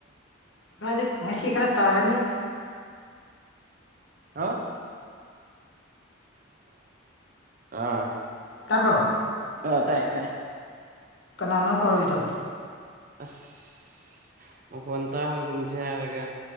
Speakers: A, on the left; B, on the right.
A: ꯃꯥꯗꯤ ꯉꯁꯤ ꯈꯔ ꯇꯧꯔꯅꯤ
B: ꯑ ꯑꯥ
A: ꯇꯥꯕ꯭ꯔꯣ
B: ꯑ ꯇꯥꯏ ꯇꯥꯏ
A: ꯀꯅꯥꯅꯣ ꯀꯧꯔꯔꯤꯏꯗꯣ
B: ꯑꯁ ꯃꯈꯣꯟ ꯇꯥꯒꯨꯝꯁꯦ ꯍꯥꯏꯔꯒ